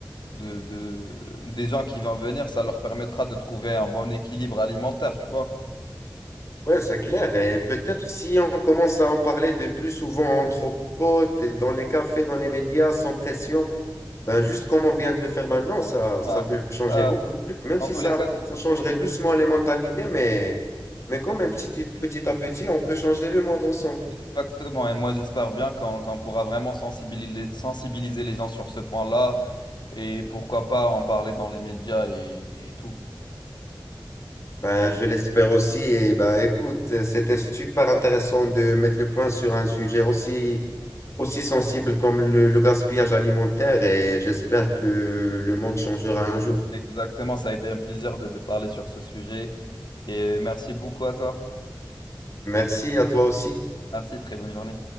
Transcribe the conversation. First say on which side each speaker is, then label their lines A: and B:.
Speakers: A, on the left; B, on the left.
A: de, de, des gens qui vont venir, ça leur permettra de trouver un bon équilibre alimentaire, tu vois.
B: Ouais, c'est clair. Et peut-être si on commence à en parler de plus souvent entre potes, et dans les cafés, dans les médias, sans pression, ben juste comme on vient de le faire maintenant, ça, ça
A: Ouais.
B: peut changer
A: Bah,
B: beaucoup de trucs, même
A: dans
B: si
A: tous
B: ça,
A: les cas,
B: ça changerait doucement les mentalités, mais, mais quand même petit, petit à petit, on peut changer le monde ensemble.
A: Exactement, et moi j'espère bien qu'on qu'on pourra vraiment sensibiliser, sensibiliser les gens sur ce point-là et pourquoi pas en parler dans les médias et, et tout.
B: Ben, je l'espère aussi. Et ben, écoute, c'était super intéressant de mettre le point sur un sujet aussi, aussi sensible comme le le gaspillage alimentaire et j'espère que le monde changera un jour.
A: Exactement, ça a été un plaisir de, de parler sur ce sujet et merci beaucoup à toi.
B: Merci à toi aussi.
A: Merci, très bonne journée.